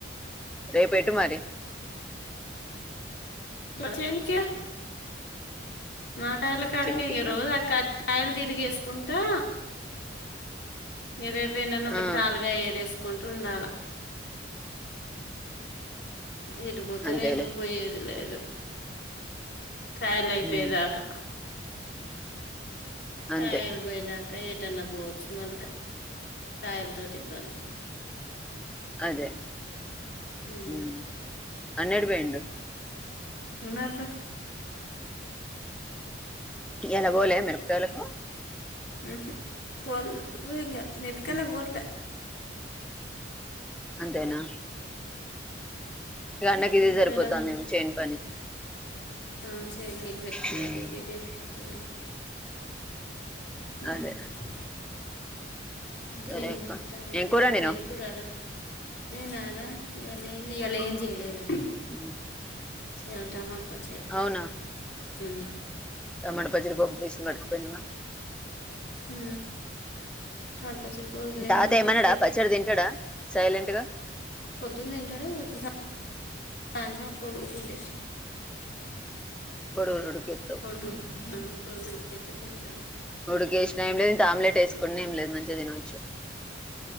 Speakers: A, in the centre; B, on the left.
A: రేపు ఎటు మరి
B: చేనుకే మా కాయల కాడికే
A: చనికేనా
B: ఇగ రోజు ఆ కాయలు తిరిగేసుకుంటా ఇగ రేపు ఎన్నన్న ఒకటి
A: ఆ
B: తాలుకాయ ఏరేసుకుంట ఉండాలా ఎటు పోతం
A: అంతేలే
B: ఎటు పోయేది లేదు కాయలు అయిపోయేదాకా
A: ఉమ్
B: కాయలు
A: అంతే
B: బోయినాక ఎట్ టన్న పోవచ్చు మళ్ళీ కాయలతోటి ఇబ్బంది
A: అదే
B: ఉమ్
A: హ్మ్. అన్నిటికి పోయిండు
B: ఉన్నర్ర
A: ఇయ్యాల పోలె మిరపకాయలకు
B: మ్ హు పోలె ఇంగా మిరపకాయలకు
A: ఉమ్.
B: పోట్లే
A: అంతేనా ఇగ అన్నకు
B: మిరపకాయలకు
A: ఇదే సరిపోతందేమో చేను పని
B: ఆ చేనుకు నీళ్ళు పెట్టుకొని
A: హ్మ్.
B: అటు ఇటె సరిపోతది ఇగ అ
A: అదే
B: ఇంకేం
A: సరే అక్క
B: చెత్తాన్రు
A: ఏం కూర వండినవ్
B: ఏం కూరరా నేనార ఇయ్యాల ఏందీ ఇయ్యాల ఎం చేయలేదురా
A: అ
B: ఇయ్యాల టమాటా పచ్చ
A: అవునా
B: ఉమ్
A: టమాటా పచ్చడ ఏసీ పట్టుకపోయినవ
B: హు టమాట పచ్చడి పోదున
A: తాత
B: పోపుకేతే
A: ఏమనడా పచ్చడి తింటడా సైలెంట్ గా
B: పొద్దున తింటడు ఇప్పుడు సా సాయంత్రం ఒక కోడిగుడ్డు ఏసిన
A: కోడిగుడ్డు ఉడికేత్తవ్
B: కొడు ఆ కొడుగుడ్డు ఉడకబెడ్తే తింటడు
A: ఉడిక వేసినా ఏం లేదు ఇంత ఆమ్లెట్ వేసుకున్న ఏం లేదు మంచిగా తినొచ్చు